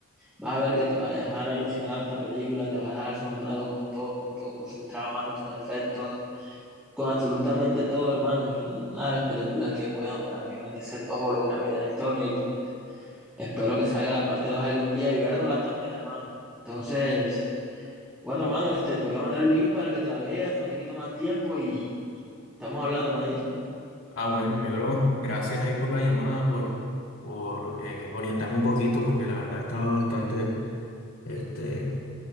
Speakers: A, in the centre; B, on the left.
A: vas a ver que te va a dejar alucinado esta película, te va a dejar asombrado con todo, con todo, con su trama, con sus efectos, con absolutamente todo, hermano. Es una de las películas que, bueno, para mí merece todos los Grammys de la historia y pues espero que salga la parte 2 algún día y vernoslas también, hermano. Entonces, bueno, hermano, este, te voy a mandar el link para que te la veas, no te quito más tiempo y estamos hablando, manito.
B: Ah, bueno, mi bro, gracias ahí por la llamada, por, por eh, orientarme un poquito, porque la verdad estaba bastante este,